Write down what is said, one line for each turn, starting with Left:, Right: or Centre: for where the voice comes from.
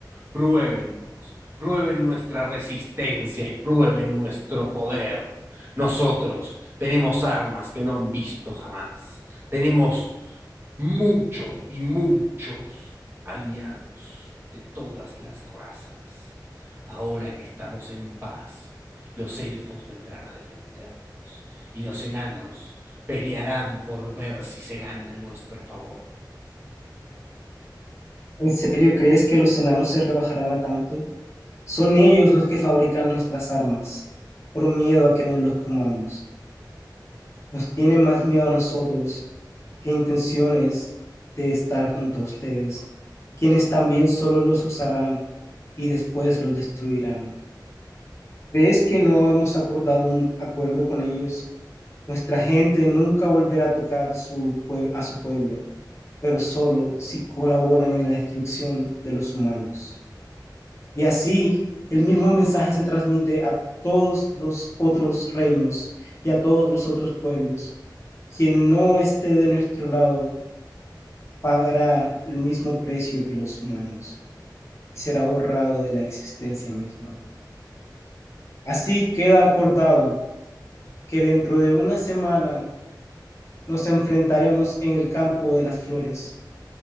Right: Pruébennos, prueben nuestra resistencia y prueben nuestro poder. Nosotros tenemos armas que no han visto jamás. Tenemos mucho y muchos aliados de todas las razas. Ahora que estamos en paz, los elfos vendrán a defendernos y los enanos pelearán por ver si se ganan nuestro favor.
Left: ¿En serio crees que los enanos se rebajarán a tanto? Son ellos los que fabrican nuestras armas, por miedo a que nos los comamos. Nos tienen más miedo a nosotros qué intenciones de estar junto a ustedes, quienes también solo los usarán y después los destruirán. ¿Crees que no hemos acordado un acuerdo con ellos? Nuestra gente nunca volverá a tocar su a su pueblo, pero solo si colaboran en la destrucción de los humanos. Y así el mismo mensaje se transmite a todos los otros reinos y a todos los otros pueblos. Quien no esté de nuestro lado pagará el mismo precio que los humanos y será borrado de la existencia misma. Así queda acordado que dentro de una semana nos enfrentaremos en el campo de las flores